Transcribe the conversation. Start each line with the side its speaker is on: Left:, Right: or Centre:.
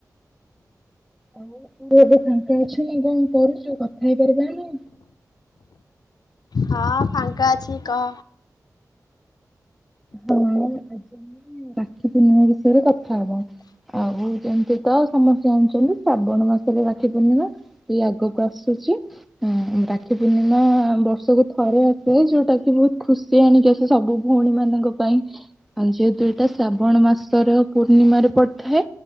Centre: ଆଉ ତୁ ଏବେ ଫାଙ୍କା ଅଛୁ ନା କଣ କରୁଚୁ କଥା ହେଇପାରିବା ଆମେ?
Left: ହଁ ଫାଙ୍କା ଅଛି କହ।
Centre: ହଁ ଆଜି ଆମେ ରାକ୍ଷୀ ପର୍ଣ୍ଣିମା ବିଷୟରେ କଥା ହବା। ଆଉ ଯେମତି ତ ସମସ୍ତେ ଜଣିଚନ୍ତି ଶ୍ରାବଣ ମାସରେ ରାକ୍ଷୀ ପୂର୍ଣ୍ଣିମା। ଏଇ ଆଗକୁ ଆସୁଚି। ହୁଁ ରାକ୍ଷୀ ପୂର୍ଣ୍ଣିମା ବର୍ଷକୁ ଥରେ ଆସେ ଯୋଉଟା କି ବୋହୁତ ଖୁସ୍ ସେ ଆଣିକି ଆସେ ସବୁ ଭଉଣୀ ମାନଙ୍କ ପାଇଁ ହଁ ଯେହେତୁ ଏଇଟା ଶ୍ରାବଣ ମାସର ପୂର୍ଣ୍ଣିମାରେ ପଡିଥାଏ।